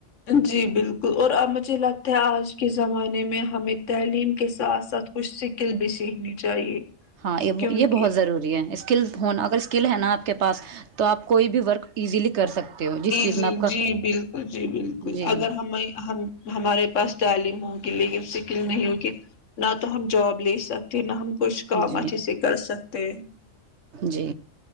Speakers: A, on the left; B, on the right.
A: جی بالکل اور ا مجھے لگتا ہے آج کے زمانے میں ہمیں تعلیم کے ساتھ ساتھ کچھ سکل بھی سیکھنی چاہیے
B: ہاں یہ
A: کیونکہ
B: یہ بہت ضروری ہے اس اسکل ہونا اگر اسکل ہے نا آپ کے پاس تو آپ کوئی بھی ورک ایزیلی کر سکتے ہو جس
A: ای
B: چیز
A: جی
B: میں آپ کا
A: جی بالکل جی بالکل
B: جی
A: اگر ہم ہم ہمارے پاس تعلیم ہوی لیکن سکل نہیں ہوگی نہ تو ہم جاب لے سکتے نہ ہم کچھ کام
B: جی
A: اچھے سے کر سک <inaudible>
B: جی